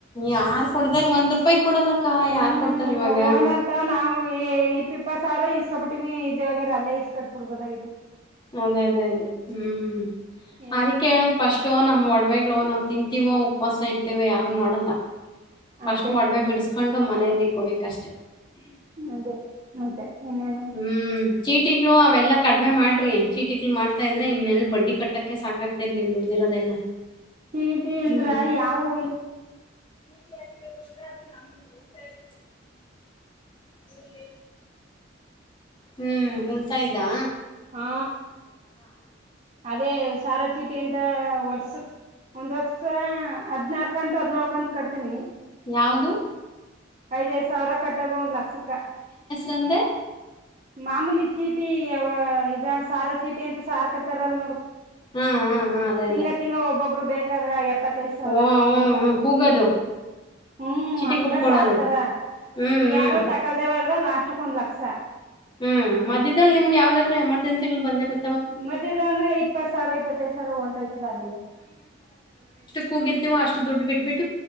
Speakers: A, on the left; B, on the right.
A: ಯಾರು ಕೊಡ್ದಾರ ಒಂದು ರೂಪಾಯಿ ಕೊಡಲ್ಲಕ್ಕ
B: ಹ್ಮ್
A: ಯಾರು ಕೊಡ್ತಾರೆ ಇವಾಗ
B: ಓನರ್ ತವ ನಾವು ಇಪ್ಪಿಪ್ಪ ಸಾವ್ರ ಇಸ್ಕೊಬಿಟ್ಟಿವವಿ ಇದಗರಲ್ಲೇ ಈಸ್ಕಟ್ಬಿಡ್ಬೋದಾಗಿ. <unintelligible>
A: ಅದೇ ಅದೇ ಅದೇ ಹ್ಮ್.
B: ಏನ್
A: ಅದಕ್ಕೆೇಳ್
B: ಮಾಡ
A: ಫಸ್ಟು ನಮ್ಮ ಒಡ <unintelligible> ನಾವ ತಿಂತೀವೋ ಉಪವಾಸ ಇರ್ತೇವೋ ಯಾರು ನೋಡಲ್ಲ. ಫಸ್ಟ್
B: ಅದೇ
A: ಒಡವೆ ಬಿಡಿಸಸ್ಕೊಂಡ್ ಮನೆಯಲ್ಲಿ ಕೋಬೇಕಿಕ್ ಅಷ್ಟೇ
B: ಅದೇ ಮತ್ತೆ ಇನ್ನೇನು
A: ಹ್ಮ್ ಚೀಟಿಗಳು ಅವೆಲ್ಲ ಕಡಿಮೆ ಮಾಡ್ರಿ ಚೀಟಿಗಳು ಮಾಡ್ತಾ ಇದ್ರೆ ಇನ್ನೆಲ್ಲ ಬಡ್ಡಿ ಕಟ್ಟೋಕ್ಕೆ ಸಾಕಾಗ್ತರಿ ನೀವು ದುಡ್ದಿರೋದೆಲ್ಲ
B: ಚೀಟಿ ಅಂದ್ರ
A: ಹ್ಮ್
B: ಯಾವವು
A: ನ <inaudible> ಹ್ಮ ಹ್ಮ್ ಹುಳ್ತಾ ಇದ್ದಾ
B: ಹಾ ಅದೇ ಸಾರಾ ಚೀಟಿ ಎಂತ ವರ್ಷ ಒಂದ್ ವರ್ಷ ಹದಿನಲ್ಕು ಕಕಂತ ಅದ್ ನೋಡ್ಕಂತತ್ ಕರ್ತಮಿ
A: ಯಾವುದು
B: ಐದೈದು ಸಾವಿರ ಕಟ್ಟೋದು ಒಂದ್ ಲಕ್ಷ ಸಕ್ಕ
A: ತಂದೆ
B: ಮಾಮೂಲಿ ಚೀಟಿ ಯ ಇದ ಸಾರಾ ಚೀಟಿ ಅಂತ ಸಾರ್ಕತಾರಲ್ಲ ನೋಡು
A: ಹಾ ಹಾ ಹಾ ಅದೇ
B: ತಿಂಗ
A: ಅದೇ
B: ತಿಂಗ ಒಬ್ಬೊಬ್ರು ಬೇಕಾದ್ರ ಎಪ್ಪತ್ತೈದು ಸಾವಿರ
A: ಓ ಹ್ಮ್
B: ಎ
A: ಹ್ಮ್ ಕೂಗೋದು
B: ಹ್ಮ್
A: ಚೀಟಿ
B: ಹಂಗ
A: ಕುಡ್ಕೊಳೋದು
B: ಸಾರ್ತರ
A: ಹ್ಮ್
B: ಈಗ
A: ಹ್ಮ್
B: ಯಾರು ತಕಲ್ದೇವದ್ರ ಲಾಸ್ಟ್ಕ್ ಒಂದ್ ಲಕ್ಷ ಸಾ
A: ಹ್ಮ್ ಮದ್ದದಲ್ಲಿ ನಿಮ್ಗೆ ಯಾವ್ದಾದ್ೂ ಎಮರ್ಜೆನ್ಸಿ ಗಳು ಬಂದ ಬ
B: ಮಧ್ಯೆದ ಇಪ್ಪತ್ತು ಸಾವರ ಇಪ್ಪತ್ತ ಐದು ಸಾವರ ಒನ್ ಟಯತಲ್ಲಿಯ
A: ಕಗಿರ್ತಿವ ಅಷ್ಟ ದುಡ್ಡು ಬಿಟ್ಟಬಟ್ಟು